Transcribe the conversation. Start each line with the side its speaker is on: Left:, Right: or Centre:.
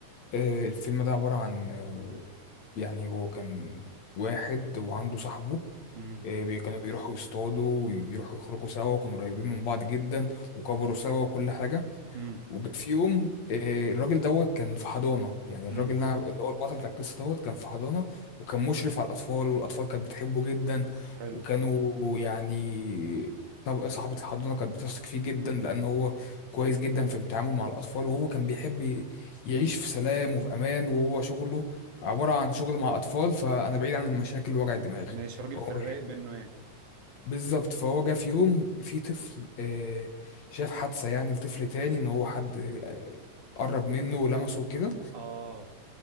Left: آه، الفيلم ده عبارة عن آه، يعني هو كان واحد وعنده صاحبه
Right: امم
Left: آه، بي- كانوا بيروحوا يصطادوا وبيروحوا يخرجوا سوا وكانوا قريبين من بعض جدا وكبروا سوا وكل حاجة
Right: امم
Left: وجا في يوم آه، الراجل دوت كان في حضانة يعني الراجل
Right: امم
Left: اللي أنا- اللي هو البطل بتاع القصة دوت كان في حضانة وكان مشرف على الأطفال والأطفال كانت بتحبه جدا
Right: حلو
Left: وكانوا يعني طب صاحبة الحضانة كانت بتثق فيه جدا لأن هو كويس جدا في التعامل مع الأطفال وهو كان بيحب ي- يعيش في سلام وفي أمان وهو شغله عبارة عن شغل مع أطفال فأنا بعيد عن المشاكل ووجع الدماغ
Right: ماشي راجل
Left: هو
Right: في الرايق
Left: بيحب
Right: منه يعني
Left: بالظبط فهو جه في يوم في طفل آه، شاف حادثة يعني لطفل تاني ان هو حد آه، قرب منه ولمسه وكده
Right: اه